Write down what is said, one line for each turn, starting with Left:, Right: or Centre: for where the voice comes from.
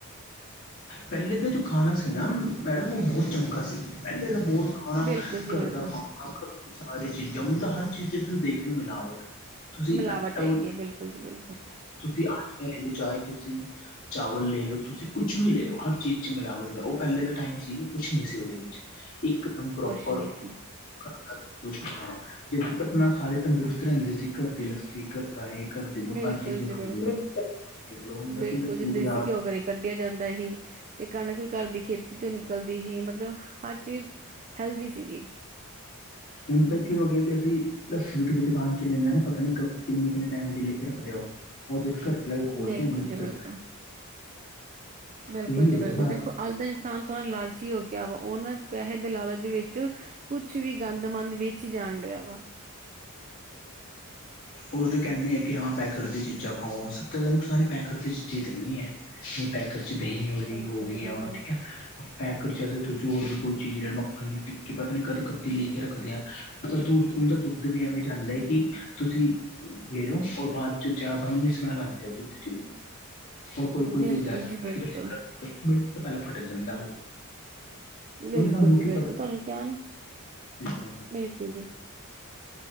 Left: ਪਹਿਲੇ ਦਾ ਜੋ ਖਾਣਾ ਸੀ ਨਾ ਮੈਡਮ ਉਹ ਬਹੁਤ ਚੰਗਾ ਸੀ ਪਹਿਲੇ ਤਾਂ ਬਹੁਤ ਖਾਣਾ
Right: ਬਿਲਕੁਲ ਜੀ
Left: ਘਰ
Right: ਬਿਲਕੁਲ
Left: ਦਾ ਖਾਣਾ ਸਾਰੇ ਚੀਜ਼ਾਂ ਹੁਣ ਤਾਂ ਹਰ ਚੀਜ਼ ਚ ਤੁਸੀਂ ਦੇਖ ਲਓ ਮਿਲਾਵਟ ਤੁਸੀਂ
Right: ਮਿਲਾਵਟ
Left: ਆਟਾ
Right: ਹੈਗੀ। ਬਿਲਕੁਲ ਜੀ ਬਿਲਕੁਲ
Left: ਤੁਸੀਂ ਆਟਾ ਲੈ ਲਓ ਚਾਹੇ ਤੁਸੀਂ ਚਾਵਲ ਲੈ ਲਓ ਤੁਸੀਂ ਕੁਛ ਵੀ ਲੈ ਲਓ ਹਰ ਚੀਜ਼ 'ਚ ਮਿਲਾਵਟ ਐ, ਉਹ ਪਹਿਲੇ ਦੇ ਟਾਈਮ ਸੀਗੀ ਕੁਛ ਨਹੀਂ ਸੀ ਉਹਦੇ ਵਿੱਚ ਇਕਦਮ ਪ੍ਰੋਪਰ
Right: ਕੁਛ ਨੀ ਸੀ
Left: <unintelligible> ਆਪਣਾ ਸਾਰੇ ਤੰਦਰੁਸਤ ਰਹਿੰਦੇ ਸੀ ਘਰ ਦੀ ਲੱਸੀ ਘਰ ਦਾ ਇਹ ਘਰਦੇ ਬਹੁਤ
Right: ਬਿਲਕੁਲ
Left: ਸਾਰੀ ਚੀਜ਼ਾਂ
Right: ਜੀ
Left: ਖਾਂਦੇ
Right: ਬਿਲਕੁਲ
Left: ਦੇਖਲੋ ਹੁਣ ਲੱਸੀ
Right: ਬਿਲਕੁਲ ਜੀ
Left: ਵੀ
Right: ਦੇਸੀ
Left: ਬਜਾਰ
Right: ਘਿਓ ਘਰੇ ਕੱਢਿਆ ਜਾਂਦਾ ਸੀ, ਤੇ ਕਣਕ ਵੀ ਘਰ ਦੀ ਖੇਤੀ ਚੋਂ ਨਿਕਲਦੀ ਸੀ ਮਤਲਬ ਹਰ ਚੀਜ਼ ਹੈਲਦੀ ਸੀਗੀ।
Left: ਹੁਣ ਤਾਂ ਕੀ ਹੋ ਗਿਆ, ਕਿ ਅਸੀਂ ਲੱਸੀ ਵੀ ਕਿਸੇ ਦੁਕਾਨ ਚੋਂ ਲੈ ਲੈਣਾ ਪਤਾ ਨੀ ਕਿੰਨੇ, ਕਿੰਨੇ ਟਾਈਮ ਦੀ ਲੈ ਕੇ ਰੱਖਦੇ ਆ ਓ ਉਹ ਜਦ ਘਰ ਚਲਾ ਕੇ ਖੋਲਦੇ
Right: ਬਿਲਕੁਲ
Left: ਆ ਮਿੰਟ
Right: ਜੀ ਬਿਲਕੁਲ
Left: ਚ
Right: ਬਿਲਕੁਲ
Left: ਇਹੀ
Right: ਜੀ
Left: ਹੋ ਗਿਆ
Right: ਬਿਲਕੁਲ
Left: ਹਾਲ
Right: ਦੇਖੋ ਅੱਜ ਦਾ ਇਨਸਾਨ ਥੋੜ੍ਹਾ ਲਾਲਚੀ ਹੋ ਗਿਆ ਵਾ ਉਹਨਾਂ ਪੈਸੇ ਦੇ ਲਾਲਚ ਦੇ ਵਿੱਚ ਕੁਛ ਵੀ ਗੰਦਮੰਦ ਵਿੱਚ ਹੀ ਜਾਣ ਡਿਆ ਵਾ
Left: ਓਦੋ ਕਹਿੰਦੇ ਕਿ ਹਾਂ ਪੈਕਟ ਦੀ ਚੀਜ਼ਾਂ ਖਾਓ ਸਭ ਤੋਂ ਜ਼ਿਆਦਾ ਨੁਕਸਾਨ ਇਹ ਪੈ ਕਰ ਦੀ ਚੀਜ਼ਾਂ ਹੀ ਦਿੰਦੀਆਂ। ਇਹ ਪੈਕਟ ਚ ਦਹੀਂ ਹੋਲੀ
Right: ਬਿਲਕੁਲ
Left: ਹੋਗਈਆਂ
Right: ਜੀ ਬਿਲਕੁਲ,
Left: ਠੀਕ ਐ। ਪੈਕ ਕਰਕੇ ਹੋਰ ਵੀ ਕੋਈ ਚੀਜ਼ ਮੱਖਣ ਦੀ ਟਿੱਕੀ ਪਤਾ ਨੀ ਕਦ ਕੱਦੀ ਲੈ ਕੇ ਰੱਖਦੇ ਆ। ਦੁੱਧ ਉਹਦਾ ਦੁੱਧ ਵੀ ਐਵੇਂ ਜਾਂਦਾ ਹੈ ਕਿ ਤੁਸੀਂ ਲੈ ਲਓ ਔਰ ਬਾਅਦ 'ਚ ਚਾਹ ਪਉਣ ਲਈ ਸਮੈਲ ਆਉਂਦੀ ਆ ਦੁੱਧ 'ਚ ਵੀ ਹੋਰ ਕੋਈ- ਕੋਈ
Right: ਬਿਲਕੁਲ
Left: ਦੁੱਧ- ਦੁੱਧ
Right: ਜੀ ਬਿਲਕੁਲ,
Left: ਤੁਸੀਂ ਗਰਮ ਤੋਂ ਪਹਿਲਾਂ ਫੱਟ ਜਾਂਦਾ ਉਹ
Right: ਬਿਲਕੁਲ
Left: ਹੁਣ ਸਾਨੂੰ
Right: ਜੀ
Left: ਕੀ
Right: ਬਿਲਕੁਲ
Left: ਪਤਾ
Right: ਤੁਹਾਨੂੰ ਕਿਹਾ ਨਾ
Left: <inaudible> <inaudible>
Right: ਬਿਲਕੁਲ ਜੀ